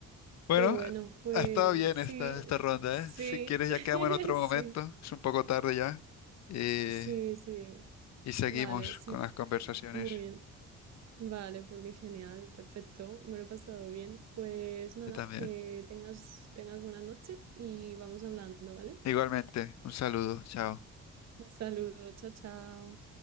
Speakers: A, on the left (about 60°); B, on the right (about 60°).
A: Bueno,
B: Qué bueno, pues
A: ha estado bien esta,
B: sí,
A: esta ronda,
B: sí,
A: ¿eh? Si quieres ya
B: <laughs>
A: quedamos en otro
B: sí,
A: momento, es un poco tarde ya. Y,
B: sí, sí.
A: y seguimos
B: Vale, sí,
A: con
B: po-
A: las conversaciones
B: muy bien. Vale, por mí genial, perfecto, me lo he pasado bien. Pues nada,
A: yo también.
B: que tengas, tengas buena noche y vamos hablando, ¿vale?
A: Igualmente, un saludo, chao.
B: Un saludo, chao, chao.